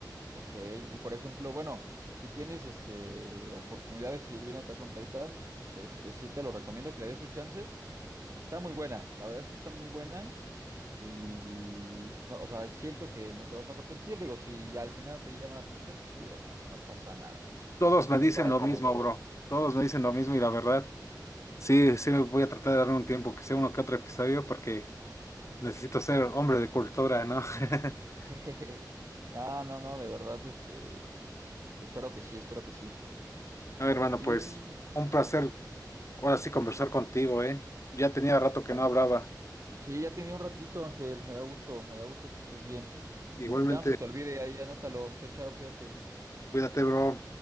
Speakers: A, on the right; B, on the left.
A: Ok, y por ejemplo, bueno, si tienes este oportunidad de seguir viendo Attack on Titan, este sí te lo recomiendo que le des su chance. Está muy buena, la verdad es que está muy buena. Y no, o sea, siento que no te vas a arrepentir. Digo, si al final no te llama la atención, pues digo, no, no pasa nada.
B: Todos me
A: Hay
B: dicen
A: para
B: lo
A: todos.
B: mismo, bro. Todos me dicen lo mismo y la verdad, sí, sí me voy a tratar de darle un tiempo que sea uno que otro episodio porque necesito ser hombre de cultura, ¿no? <laughs>
A: <laughs> No, no, no, de verdad, este, espero que sí, espero que sí.
B: A ver, hermano,
A: Y
B: pues un placer ahora sí conversar contigo, ¿eh? Ya tenía rato que no hablaba.
A: Sí, ya tenía un ratito, Ángel. Me da gusto, me da gusto que estés bien.
B: Igualmente,
A: Y que ya no se te olvide, ahí anótalo. Chao, chao, cuídate.
B: cuídate, bro.